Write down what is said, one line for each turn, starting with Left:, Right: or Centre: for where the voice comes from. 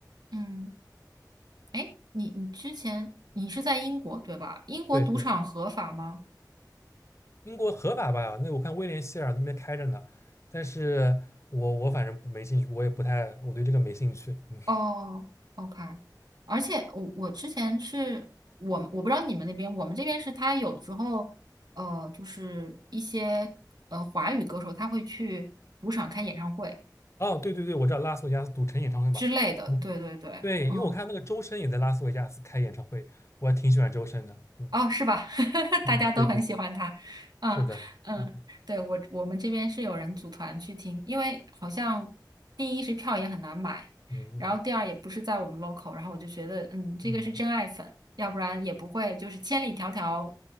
Right: 嗯，哎，你你之前你是在英国对吧？英国赌场合法吗？
Left: 对对。英国合法吧？那我看威廉希尔那边开着呢，但是我我反正不没兴趣，我也不太，我对这个没兴趣。嗯，
Right: 哦，OK，而且我我之前是我们我不知道你们那边，我们这边是他有的时候，呃，就是一些呃华语歌手他会去赌场开演唱会
Left: 哦，对对对，我知道拉斯维加斯赌城演唱会嘛，
Right: 之类的，
Left: 嗯
Right: 对对对，
Left: 对，
Right: 嗯。
Left: 因为我看那个周深也在拉斯维加斯开演唱会，我还挺喜欢周深的。嗯
Right: 哦，是吧？<laughs>
Left: 嗯，
Right: 大家都很喜欢他。
Left: 对对，
Right: 嗯嗯，
Left: 是的，嗯
Right: 对，我我们这边是有人组团去听，因为好像第一是票也很难买，
Left: 嗯嗯
Right: 然后第二也不是在我们 local，然后我就觉得，嗯，这个是真爱粉，
Left: 嗯，
Right: 要不然也不会就是千里迢迢，